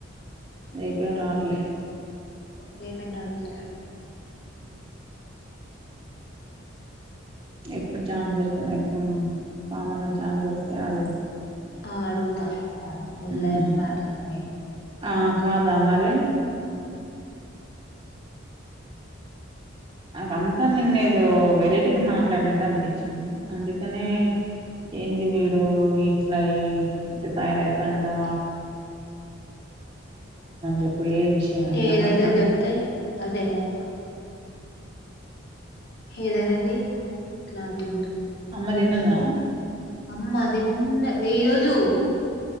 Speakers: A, on the right; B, on the left.
A: రేపేమి రావట్లే
B: రేపేన అడుగుతన్నరు
A: మ్మ్ ఎప్పుడు చాన్స్ దొరికిన <unintelligible> కామన్ గా చాన్స్ దొరికితే ఆడుగు
B: ఆ అడుగుతా ఈ
A: మ్మ్
B: లైఫ్ మ్యాటర్ మెయిన్
A: ఆ కాదా మరి నాకంతా నిన్న ఏదో వెరైటీగా మాట్లాడినట్టు అనిపించింది అందుకనే ఏంది వీడు ఇట్లయి ఇటు తయారైతండా చెప్పు ఏ విషయమైంది
B: ఏదన్న
A: అనవసరంగా
B: చెప్తే అదే ఆ ఏదనేది క్లారిటీ
A: అమ్మదిన్నదా
B: అమ్మదిన్న ఈ రోజు